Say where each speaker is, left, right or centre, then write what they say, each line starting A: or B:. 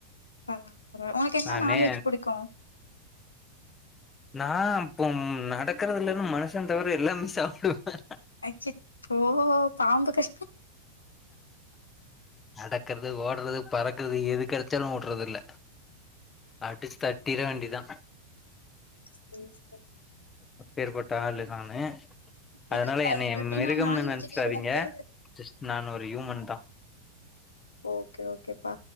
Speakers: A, on the left; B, on the left.
A: பரவால பரவால ஒனக்கு என்ன
B: நானே
A: நான்வெஜ் புடிக்கு
B: நா இப்போ நடக்கறது இலன்னு மனுஷன் தவர எல்லாமே சாப்பிடுவே
A: அச்சச்சோ பாம்பு கடி
B: நடக்கறது ஓட்றது பறக்கறது எது கெடச்சாலு உட்றதுல்ல அடிச்சு தட்டிட வேண்டியதா
A: <inaudible>
B: எப்பேர் பட்ட ஆளு நானு அதனால
A: இல்ல
B: என்னைய
A: இல்ல எப்டின்னா
B: மிருகம்னு
A: நான்வெஜ்லயே
B: நெனைச்சிடாதீங்க
A: வந்து
B: ஜஸ்ட் நான் ஒரு ஹியூமன் தா
A: ஓகே ஓகேப்பா